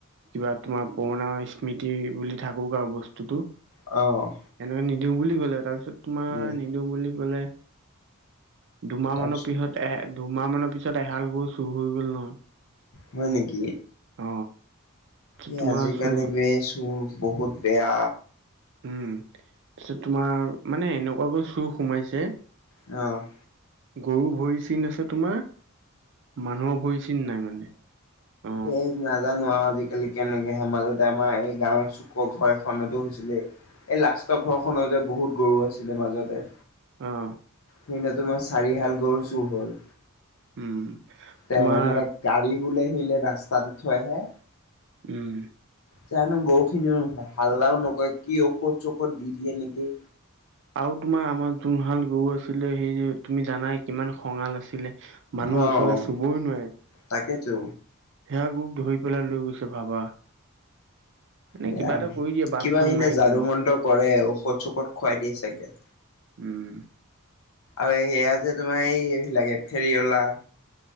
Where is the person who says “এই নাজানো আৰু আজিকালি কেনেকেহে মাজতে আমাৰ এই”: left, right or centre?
Left